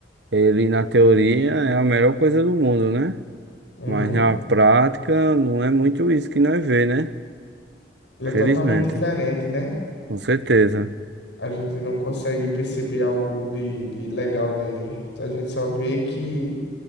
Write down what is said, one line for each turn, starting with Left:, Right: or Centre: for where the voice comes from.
Right: Ele, na teoria, é a melhor coisa do mundo, né?
Left: Uhum.
Right: Mas na prática não é muito isso que nós vê, né?
Left: Ele
Right: Felizmente,
Left: é totalmente diferente, né?
Right: com certeza.
Left: A gente não consegue perceber algo de, de legal nele. A gente só vê que